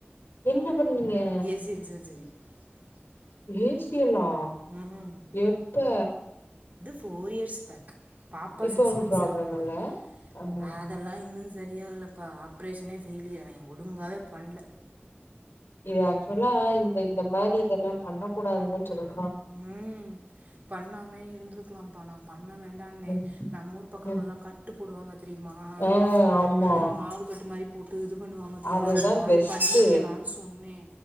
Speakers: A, on the left; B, on the right.
A: என்ன பண்ணீய
B: ஏசிஎல் <inaudible>
A: ஏசியெல்லா
B: உம்
A: எப்ப
B: ஃபோர் இயர்ஸ் பேக் பாப்பா
A: இப்ப
B: சிக்ஸ்
A: ஒன்னு
B: மந்த்ஸ்
A: ப்ராப்ளம்
B: இருக்கும்போது
A: இல்ல ஆ
B: அதெல்லா இன்னும் செரியாகலப்பா ஆப்ரேஷனே ஃபெயிலியர் அவெ ஒழுங்காவே பண்ல
A: இது ஆக்சுவலா இந்த இந்த மாரி இதெல்லா பண்ண கூடாதுங்கன் சொல்லனு
B: உம் பண்ணாமே இருந்துருக்லாம்ப்பா நா பண்ண வேண்டான்னே
A: ம்
B: நம் ஊர் பக்கங்கள்லா
A: ம்
B: கட்டு போடுவாங்க தெரியுமா
A: ஆ ஆமா
B: உம் மாவுக்கட்டு மாரி து இது பண்ணுவாங்க தெரியுமா
A: அதுதா
B: அந்த மாரி
A: பெஸ்ட்டு
B: பண்ணிக்கலான் சொன்னே